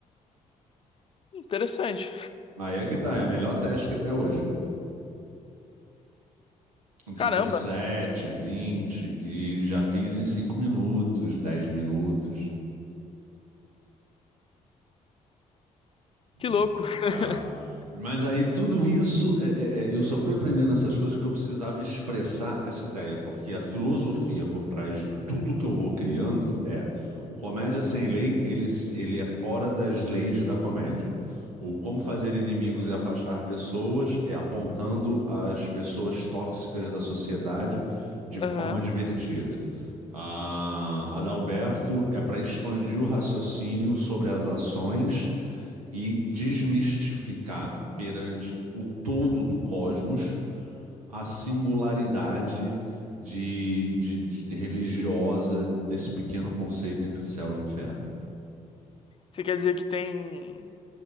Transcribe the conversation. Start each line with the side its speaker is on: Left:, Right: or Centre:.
Left: Interessante.
Right: Aí é que tá, é a melhor técnica até hoje. Dezessete,
Left: Caramba,
Right: 20 e já fiz em 5 minutos, 10 minutos.
Left: que louco.
Right: Hum,
Left: <laughs>
Right: É. Mas aí tudo isso, é- é- é, eu só fui aprendendo essas coisas porque eu precisava expressar essa ideia, porque a filosofia por trás de tudo que eu vou criando é o Comédia Sem Lei, ele, s- ele é fora das leis da comédia. O Como Fazer Inimigos e Afastar Pessoas é apontando as pessoas tóxicas da sociedade de forma
Left: Aham.
Right: divertida. A Adalberto é para expandir o raciocínio sobre as ações e desmistificar perante o todo do cosmos a singularidade de, de- de- religiosa desse pequeno conceito entre céu e inferno.
Left: Você quer dizer que tem